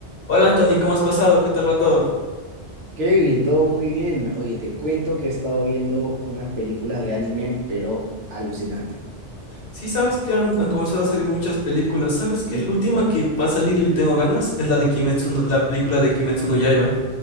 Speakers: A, on the left; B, on the right.
A: Hola Anthony, ¿cómo has pasado? ¿Qué tal va todo?
B: Kevin, todo muy bien. Oye, te cuento que he estado viendo unas películas de anime, pero alucinante.
A: Sí, sabes que han, han comenzado a salir muchas películas. ¿Sabes qué? La última que va a salir y le tengo ganas es la de Kimetsu, no- la película de Kimetsu no Yaiba.